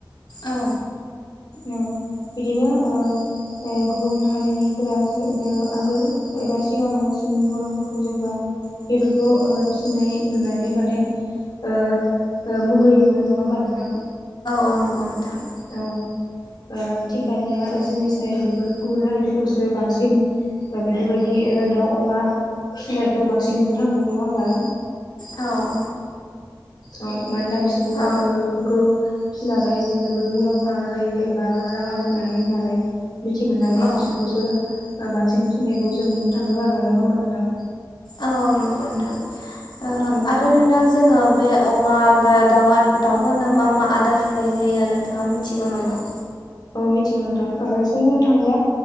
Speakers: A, on the left; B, on the left.
A: औ
B: औ बिदिनो ओ ओ गुबुन हारिनिफोरा जे दो आगोल एबा सिगाङो जों बर'फोरखौ जेनेबा बेफोरखौ ओ फिसिनाय नुनानै माने ओ ओ मुगैयोमोन नङा होमा नोंथां।
A: औ नंगौ नोंथां
B: औ ओ थिग दानिया जोंनि साय बेफोर गुबुन हारिफोरखौसो बांसिन बेफोरबायदि दाउ अमा फिनायखौ बांसिन नुनो थांदों नङा होमबा।
A: औ औ
B: औ मानोना बिसोरबो
A: औ
B: ओ बेफोरखौ फिनानै जोबोर मुलाम्फा जायो एबा रां आरजिनो हायो होनानै मिथि मोननानै
A: औ
B: बिसोरखौसो बांसिन थिनायखौ जों नुनो थांदों आरो नङा होमबा नोंथां।
A: औ औ नंगौ नोंथां ओ
B: औ
A: आरो नोंथां जोङो बे अमा बा दाउआ दाउफोरनो मा मा आदार होनाय जायो नोंथाङा मिथिगौ नामा?
B: मिथिगौ नोंथां ओ जों बुंनो थाङोब्ला